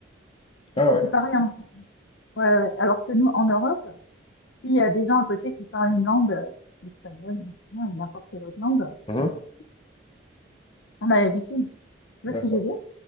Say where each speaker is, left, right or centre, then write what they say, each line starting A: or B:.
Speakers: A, on the left; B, on the left.
A: Et
B: Ah
A: C'était
B: ouais?
A: pareil. en- ouais, ouais. Alors que nous, en Europe, s'il y a des gens à côté qui parlent une langue, euh, l'espagnol, l'anglais, n'importe quelle autre langue,
B: Mmh.
A: on s'en fout. On a l'habitude. Tu
B: D'accord,
A: vois ce que je veux dire?